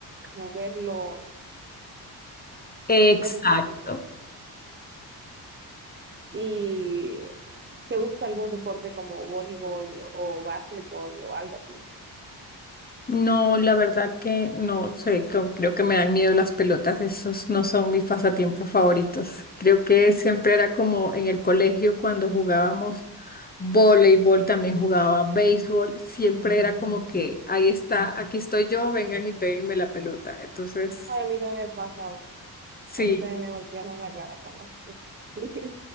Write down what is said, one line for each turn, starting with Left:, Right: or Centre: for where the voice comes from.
Right: como verlo,
Left: Exacto.
Right: verlo bonito. ¿Y te gusta algún deporte como voleibol o básquetbol o algo así?
Left: No, la verdad que no sé, co- creo que me dan miedo las pelotas, esos no son mis pasatiempos favoritos. Creo que siempre era como en el colegio cuando jugábamos voleibol, también jugaba béisbol, siempre era como que ahí está, aquí estoy yo, vengan y péguenme la pelota. Entonces
Right: Ay, a mí también me pasa
Left: Sí,
Right: A mí también me golpearon la cara con la... <laughs>